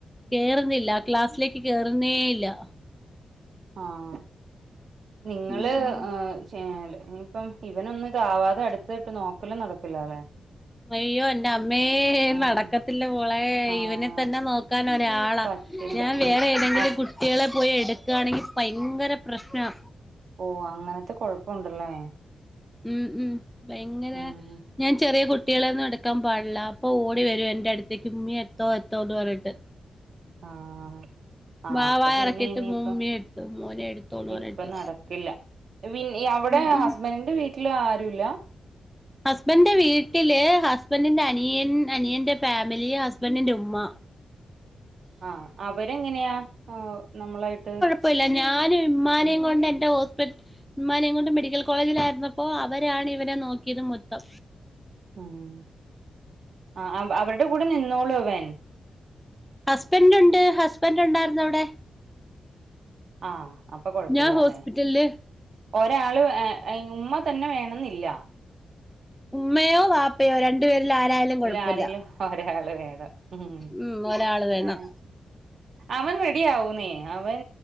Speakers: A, in the centre; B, on the right.
A: കേറുന്നില്ല ക്ലാസ്സിലേക്ക് കേറുന്നേയില്ല
B: ആഹ് നിങ്ങള്
A: ഉം ഉം
B: ആഹ് ചേ ഇനിയിപ്പം ഇവനൊന്നു ഇതാവാതെ അടുത്ത ഇട്ട് നോക്കലും നടക്കൂല്ലല്ലെ
A: അയ്യോ എൻ്റെ അമ്മേ
B: ആഹ്
A: നടക്കത്തില്ല മോളെ
B: ആഹ്
A: ഇവനെ തന്നെ നോക്കാൻ ഒരാളാ
B: പറ്റില്ല
A: ഞാൻ
B: ഉം
A: വേറെ ഏതെങ്കിലും
B: ഹസ്
A: കുട്ടികളെ പോയി എടുക്കയാണെങ്കിൽ ഭയങ്കര പ്രശ്ന
B: ഓ അങ്ങനത്തെ കൊഴപ്പൊണ്ടല്ലേ
A: ഉം ഉം ഭയങ്കര
B: ഉം
A: ഞാൻ ചെറിയ കു കുട്ടികളൊന്നും എടുക്കാൻ പാടില്ല അപ്പോൾ ഓടി വരും എൻ്റെ അടുത്തേക്ക് ഉമ്മി എത്തോ എത്തോ എന്ന് പറഞ്ഞിട്ട്
B: ആഹ് ആഹ്
A: വാ
B: അപ്പൊ
A: വാ
B: പിന്നെ
A: ഇറക്കിയിട്ട്
B: ഇനിയിപ്പം
A: ഉമ്മി എടുത്തു മോനെ എടുത്തോന്ന് പറഞ്ഞിട്ട്
B: ഇപ്പം നടക്കില്ല അവിടെ
A: ഉം ഉം
B: ഹസ്ബൻഡ്ന്റെ വീട്ടിൽ ആരുല്ല
A: ഹസ്ബന്റെ വീട്ടില് ഹസ്ബൻഡിന്റെ അനിയൻ അനിയന്റെ ഫാമിലി ഹസ്ബൻഡിന്റെ ഉമ്മ
B: ആഹ് അവരെങ്ങനെയാ ആഹ് നമ്മളായിട്ട്
A: പ്പല്ല ഞാനും ഉമ്മനേം
B: ഉം
A: കൊണ്ട് എൻ്റെ ഹോസ്പി ഉമ്മാനേം കൊണ്ട് മെഡിക്കൽ കോളേജിലായിരുന്നപ്പോ അവരാണ് ഇവനേ നോക്കിയത് മൊത്തം
B: ഉം ആഹ് അവരുടെ കൂടെ നിന്നോളോ ഇവൻ
A: ഹസ്ബൻഡ് ഉണ്ട് ഹസ്ബൻഡ് ഉണ്ടായിരുന്നു അവിടെ
B: ആഹ് അപ്പൊ കുഴപ്പില്ല
A: ഞാൻ ഹോസ്പിറ്റലില്
B: അല്ലേ ഒരാള് ഏഹ് ഉമ്മ തന്നെ വേണെന്നില്ല
A: ഉമ്മയോ വാപ്പയോ രണ്ടു പേരിൽ ആരായാലും കൊഴപ്പമില്ല
B: അയ്ല് ആരെങ്കിലും ഒരാള് വേണം ഉം ഹും
A: ഉം ഒരാള് വേണം
B: ഹേ അവൻ റെഡി ആവുന്നേ അവൻ